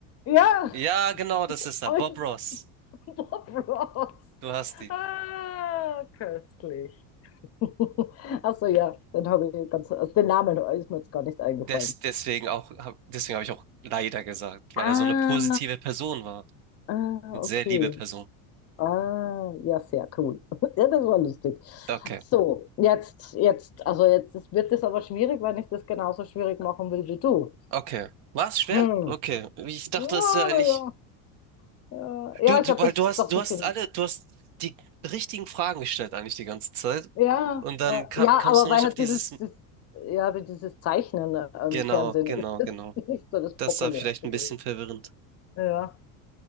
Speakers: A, on the left; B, on the right.
A: Ja,
B: Ja, genau, das ist er.
A: aber
B: Bob
A: ich bin
B: Ross.
A: <laughs> Bob Ross.
B: Du hast ihn.
A: Ah, köstlich. <laughs> Achso, ja, dann habe ich ganz, also den Namen ist mir jetzt gar nicht eingefallen.
B: Des, deswegen auch, hab- deswegen habe ich auch leider gesagt, weil
A: Ah,
B: er so eine positive Person war.
A: ah,
B: Eine sehr
A: okay.
B: liebe Person.
A: Ah, ja, sehr cool. <laughs> Ja, das war lustig.
B: Okay.
A: So, jetzt, jetzt, also jetzt ist- wird es aber schwierig, wenn ich das genauso schwierig machen will wie du.
B: Okay. War es schwer?
A: Hm.
B: Okay. Ich dachte,
A: Ja,
B: es wäre eigentlich.
A: na ja. Ja, ja,
B: Du, du,
A: ich habe
B: weil du
A: jetzt
B: hast,
A: auch ein
B: du
A: bisschen.
B: hast alle, du hast die richtigen Fragen gestellt eigentlich die ganze Zeit.
A: Ja,
B: Und dann
A: ja,
B: kam,
A: ja,
B: kamst
A: aber
B: du nur
A: weil
B: nicht
A: halt
B: auf dieses
A: dieses, das, ja, wie dieses Zeichnen äh, im
B: Genau,
A: Fernsehen
B: genau,
A: ist das
B: genau.
A: <laughs> nicht so das
B: Das
A: populärste
B: war vielleicht ein
A: gewesen.
B: bisschen verwirrend.
A: Ja.